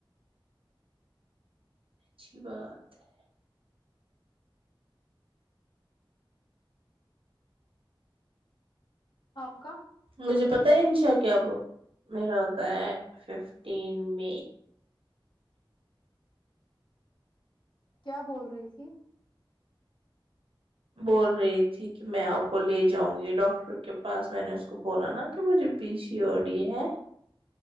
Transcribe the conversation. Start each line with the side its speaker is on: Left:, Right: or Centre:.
Right: اچھی بات ہے
Left: آپ کا
Right: مجھے پت ہے انشا کیا وہ میرا ہوتا ہے ففٹین م
Left: کیا بول رہی تھی
Right: بول رہی تھی کہ میں آپ کو لے جاؤں گی ڈاکٹر کے پاس میں نے اس کو بولا نا کہ مجھے پی سی او ڈی ہے